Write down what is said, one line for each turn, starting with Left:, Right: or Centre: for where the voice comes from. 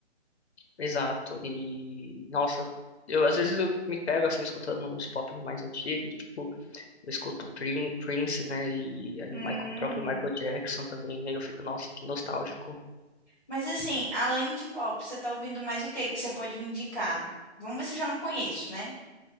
Left: exato. E nossa, eu às vezes eu me pego assim escutando uns pop mais antigos, tipo, eu escuto Prin- Prince, né? E aí
Centre: Hum.
Left: o Michael- o próprio Michael Jackson também, aí eu fico, nossa, que nostálgico.
Centre: Mas assim, além de pop, você tá ouvindo mais o que que você pode me indicar? Vamos ver se eu já não conheço, né?